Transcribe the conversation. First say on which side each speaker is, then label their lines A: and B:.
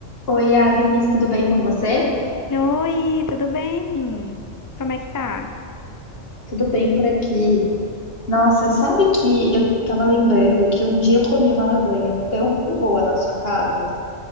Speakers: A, on the left; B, on the left.
A: Oi, Agnes, tudo bem com você?
B: Oi, tudo bem? Como é que tá?
A: Tudo bem por aqui. Nossa, sabe que eu tava lembrando que um dia eu comi uma lasanha tão boa na sua casa.